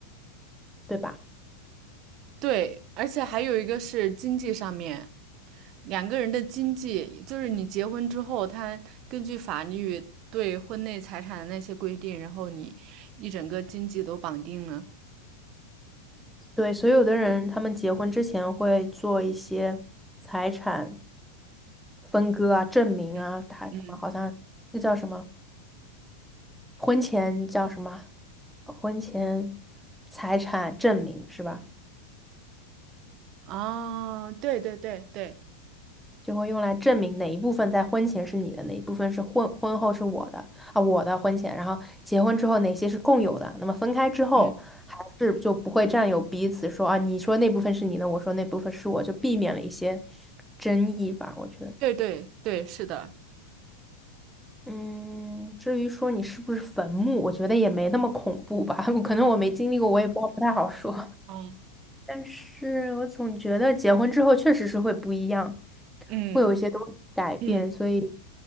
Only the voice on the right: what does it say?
对，而且还有一个是经济上面，两个人的经济，就是你结婚之后，他根据法律对婚内财产的那些规定，然后你一整个经济都绑定了。
嗯嗯
啊，对对对对。
嗯。
对对对，是的，
嗯，
嗯
嗯